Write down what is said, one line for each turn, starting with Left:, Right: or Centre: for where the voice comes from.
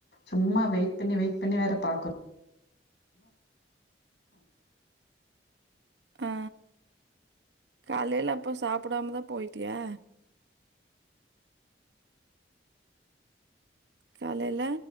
Left: சும்மா வெயிட் பண்ணி வெயிட் பண்ணி வேற பாக்கனு
Right: ஆ காலையில அப்ப சாப்பிடாம தா போயிட்டியா காலையில